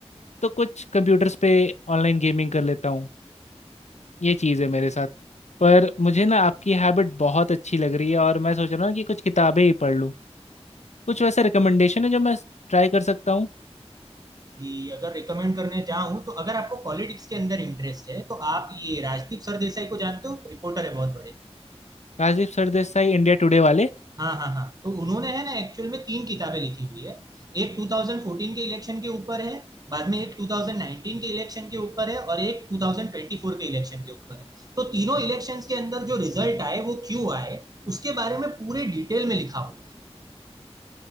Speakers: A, on the left; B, on the right.
A: तो कुछ कंप्यूटर्स पे ऑनलाइन गेमिंग कर लेता हूँ ये चीज़ है मेरे साथ पर मुझे ना आपकी हैबिट बहुत अच्छी लग रही है और मैं सोच रहा हूँ कि कुछ किताबें ही पढ़ लूँ कुछ वैसे रिकमेंडेशन है जो मैं ट्राई कर सकता हूँ
B: कि अगर रिकमेंड करने जाऊं तो अगर आपको पॉलिटिक्स के अंदर इंटरेस्ट है तो आप ये राजदीप सरदेसाई को जानते हो रिपोर्टर है बहुत बड़े
A: राजीव सरदेसाई इंडिया टुडे वाले
B: हाँ हाँ हाँ तो उन्होंने है ना एक्चुअल में तीन किताबें लिखी हुई है एक 2014 के इलेक्शन के ऊपर है बाद में एक 2019 के इलेक्शन के ऊपर है और एक 2024 के इलेक्शन के ऊपर है तो तीनों इलेक्शंस के अंदर जो रिजल्ट आए वो क्यों आए उसके बारे में पूरे डिटेल में लिखा हुआ है